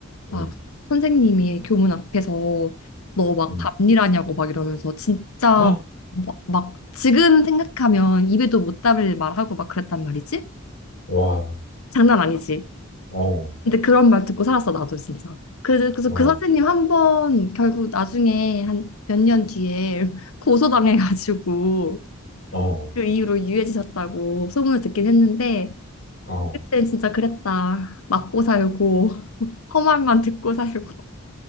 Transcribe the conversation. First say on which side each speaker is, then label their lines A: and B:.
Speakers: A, on the left; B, on the left.
A: 응,
B: 막 선생님이 교문 앞에서 너 막
A: 응.
B: 밤일하냐고 막 이러면서 진짜
A: 헉!
B: 막, 막 지금 생각하면 입에도 못 담을 말하고 막 그랬단 말이지?
A: <gasps> 와.
B: 장난 아니지?
A: 어,
B: 근데 그런 말 듣고 살았어 나도 진짜. 그래서 그래서
A: 어,
B: 그 선생님 한 번 결국 나중에 한 몇 년 뒤에 <laughs> 고소당해가지고
A: 어,
B: 그 이후로 유해지셨다고 소문을 듣긴 했는데
A: 어.
B: 그땐 진짜 그랬다. 맞고 살고 <laughs> 험한만 듣고 살고.